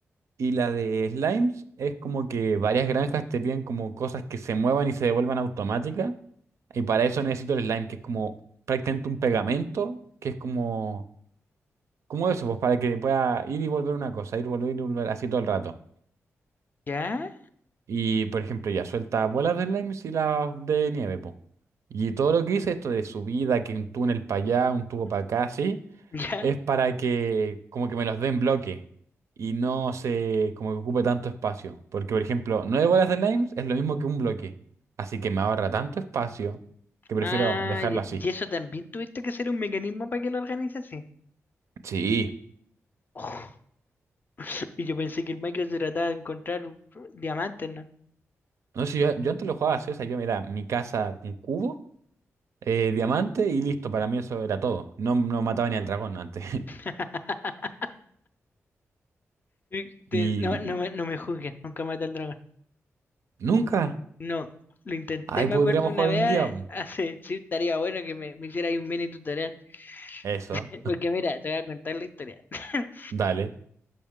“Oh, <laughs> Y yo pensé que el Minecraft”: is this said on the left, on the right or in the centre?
Left